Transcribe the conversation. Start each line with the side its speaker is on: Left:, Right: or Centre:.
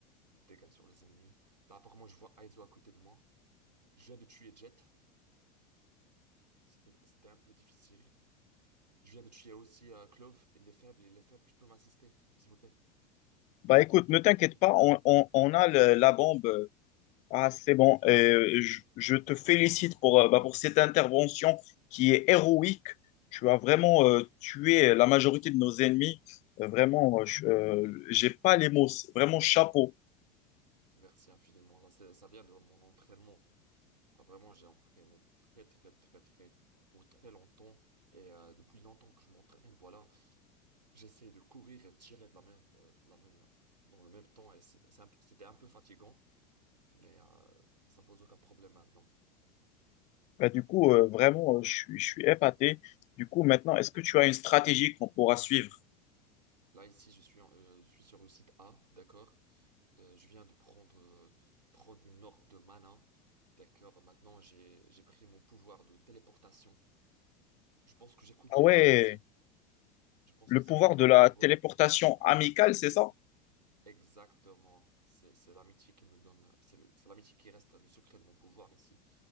Right: dégâts sur les ennemis. Là, apparemment, je vois Aizo à côté de moi. Je viens de tuer Jet, c'était c'était un peu difficile. Je viens de tuer aussi euh, Clove. Il est faible, il est faible. Tu peux m'assister, s'il vous plaît.
Left: Bah écoute,
Right: Tu
Left: ne
Right: peux,
Left: t'inquiète
Right: genre.
Left: pas, on, on- on a le- la bombe. euh, Ah, c'est bon.
Right: Excellent.
Left: Euh, je, je te félicite pour, euh, bah, pour cette intervention qui est héroïque. Tu as vraiment euh, tué la majorité de nos ennemis. Euh, vraiment, euh, je euh, j'ai pas les mots. C'est Vraiment, chapeau.
Right: Merci infiniment. Là, c'est- ça vient de mon entraînement. Ah, vraiment, j'ai entraîné très, très, très, très, pour très longtemps. Et euh, depuis longtemps que je m'entraîne, voilà. J'essaie de courir et de tirer de la même, euh, de la même, dans le même temps. Et c'est- c'est un peu- c'était un peu fatigant, mais euh, ça pose aucun problème maintenant.
Left: Bah, du coup, euh, vraiment, euh, je, suis- je suis épaté. Du coup, maintenant, est-ce que tu as une stratégie qu'on pourra suivre?
Right: Là, ici, je suis, en- euh, je suis sur le site A, d'accord? Euh, je viens de prendre, euh, prendre une orbe de mana. D'accord, maintenant j'ai, j'ai pris mon pouvoir de téléportation. Je pense que j'écoute
Left: Ah
Right: les
Left: ouais,
Right: pas ici. Je pense
Left: le
Right: qu'ils
Left: pouvoir
Right: sont no-
Left: de la
Right: nombreux.
Left: téléportation amicale, c'est ça?
Right: Exactement. C'est, c'est l'amitié qui me donne, c'est le, c'est l'amitié qui reste le secret de mon pouvoir ici.